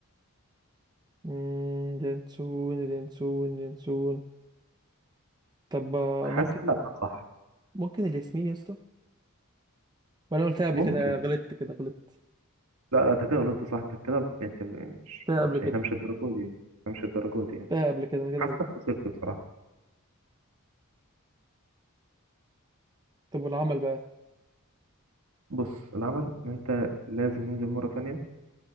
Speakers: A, on the right (about 20°); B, on the right (about 70°).
A: امم ينسون ينسون ينسون طب آه،
B: حاسس
A: ممكن
B: ان انا بتاع صح
A: ممكن الياسمين يا اسطى وانا قلتها قبل
B: ممكن
A: كده غلطت كده غلطت
B: لا لا انت كده غلطت صح انت كده بت- مش
A: قلتها
B: مش
A: قبل كده
B: احنا مش الدرجه دي يعني. احنا مش الدرجه دي يعني.
A: قلتها قبل كده انا كده
B: حاسس
A: غلطت
B: انك خسرت بصراحه
A: طب والعمل بقى
B: بص العمل إن انت لازم ننزل مره تانية